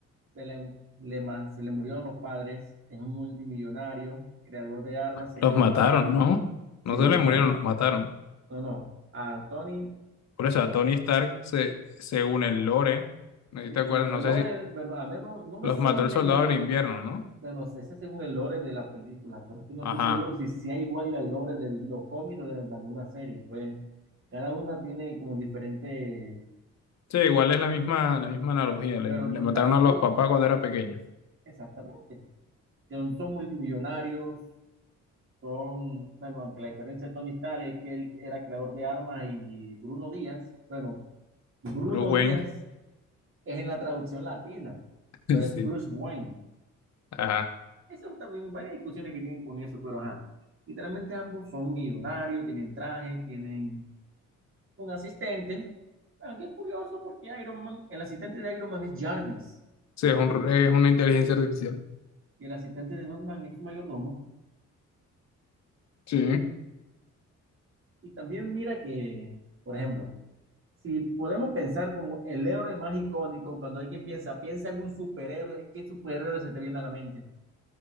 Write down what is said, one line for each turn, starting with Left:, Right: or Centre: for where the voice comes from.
Right: se le, le ma- se le murieron los padres, es un multimillonario, creador de armas, se
Left: Los
Right: creó
Left: mataron,
Right: un tra,
Left: ¿no?
Right: si
Left: No se
Right: los
Left: les
Right: mataron.
Left: murieron, los mataron.
Right: No, no. A Tony
Left: Por eso a Tony Stark, se, según el lore, ¿no
Right: Sí,
Left: te acuerdas?
Right: según
Left: No
Right: el
Left: sé
Right: lore,
Left: si
Right: bueno, al menos no me
Left: los
Right: sé
Left: mató
Right: el-
Left: el soldado
Right: en lo,
Left: del invierno, ¿no?
Right: bueno, sé sé según el lore de la película, pero es que no
Left: Ajá.
Right: estoy seguro si sea igual al lore de los cómics o de, de alguna serie, pues cada una tiene como diferente,
Left: Sí, igual es la misma, la misma analogía. Le,
Right: pero
Left: les
Right: con
Left: mataron
Right: tal,
Left: a los
Right: digo,
Left: papás cuando era pequeño.
Right: exactamente, son, son multimillonarios, son, bueno, aunque la diferencia de Tony Stark es que él era creador de armas y Bruno Díaz, bueno, Bruno
Left: Bruce Wayne.
Right: Díaz es en la traducción latina,
Left: <laughs>
Right: pero es
Left: Sí.
Right: Bruce Wayne.
Left: Ajá.
Right: Eso también, varias discusiones que tienen con eso, pero ajá. Literalmente ambos son millonarios, tienen traje tienen un asistente. Aunque es curioso porque Iron Man, el asistente de Iron Man es Jarvis
Left: Sí, es un, es una inteligencia artificial.
Right: y el asistente de Batman es su mayordomo.
Left: Sí.
Right: Y, y también mira que, por ejemplo, si podemos pensar como el héroe más icónico, cuando alguien piensa, piensa en un superhéroe, ¿qué superhéroe se te viene a la mente?